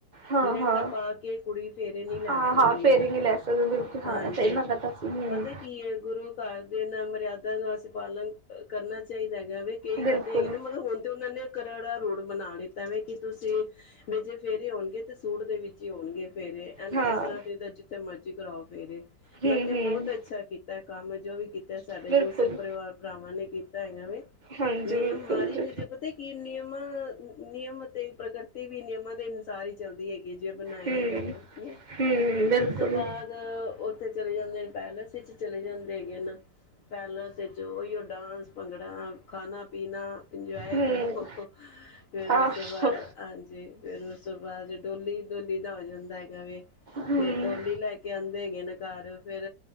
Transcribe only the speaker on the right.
ਹਾਂ-ਹਾਂ।
ਹਾਂ
ਹਾਂ ਫੇਰਿੰਗ ਹੀ ਲੈ ਸਕਦੇ ਬਿਲਕੁਲ ਹਾਂ
ਸਹੀ ਮੈਂ ਪਤਾ ਸੀ ਹੂੰ
ਬਿਲਕੁਲ
ਹਾਂ
ਹੂੰ
ਹੂੰ
ਬਿਲਕੁਲ
ਹਾਂਜੀ
ਬਿਲਕੁਲ
ਜੀ
ਹੂੰ
ਹੂੰ
ਬਿਲਕੁਲ
ਹੂੰ
ਆਹੋ
ਹੂੰ